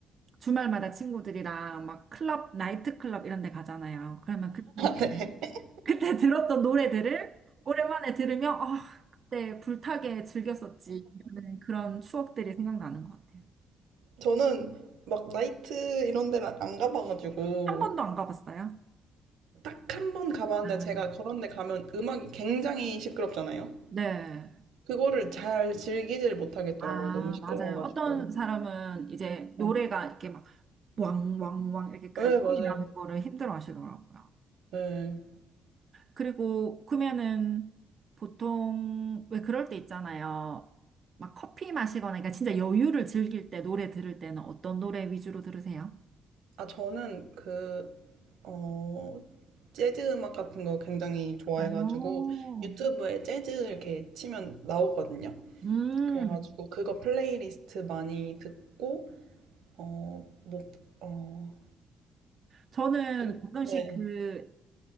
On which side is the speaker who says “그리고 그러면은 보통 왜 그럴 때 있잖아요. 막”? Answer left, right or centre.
Right